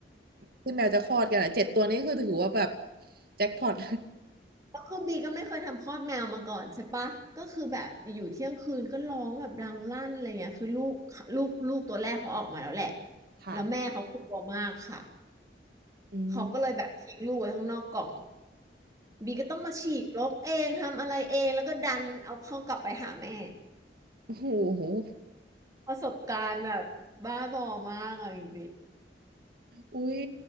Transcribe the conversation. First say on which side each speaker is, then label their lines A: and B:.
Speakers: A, on the right (about 60°); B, on the right (about 20°).
A: ที่แมวจะคลอดกันอ่ะเจ็ดตัวนี้คือถือว่าแบบแจ็คพอต
B: แล้ว <laughs> คือบีก็ไม่เคยทำคลอดแมวมาก่อนใช่ปะก็คือแบบอยู่เที่ยงคืนก็ร้องแบบดังลั่นอะไรเงี้ยคือลูกลูกลูกตัวแรกเขาออกมาแล้วแหละ
A: <laughs> ค่ะ
B: แล้วแม่เขากลัวมากค่ะ
A: อืม
B: เขาก็เลยแบบทิ้งลูกไว้ข้างนอกกล่องบีก็ต้องมาฉีกรกเองทำอะไรเองแล้วก็ดันเอาเข้ากลับไปหาแม่
A: โอ้โห
B: ประสบการณ์แบบบ้าบอมากอ่ะจริ
A: อุ้ย